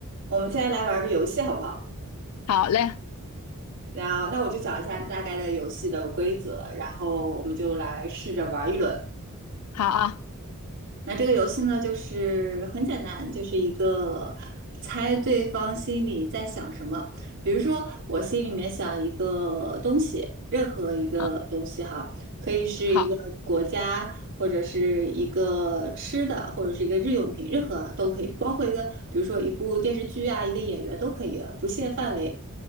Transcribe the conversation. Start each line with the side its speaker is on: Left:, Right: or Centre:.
Right: 我们现在来玩个游戏好不好？
Left: 好嘞，
Right: 然后，那我就讲一下大概的游戏的规则，然后我们就来试着玩一轮。
Left: 好啊，
Right: 那这个游戏呢，就是很简单，就是一个猜对方心里在想什么。比如说，我心里面想一个东西，任何一个东西哈，
Left: 嗯，
Right: 可以是一个国家，
Left: 好，
Right: 或者是一个吃的，或者是一个日用品，任何都可以，包括一个，比如说一部电视剧啊，一个演员都可以，不限范围。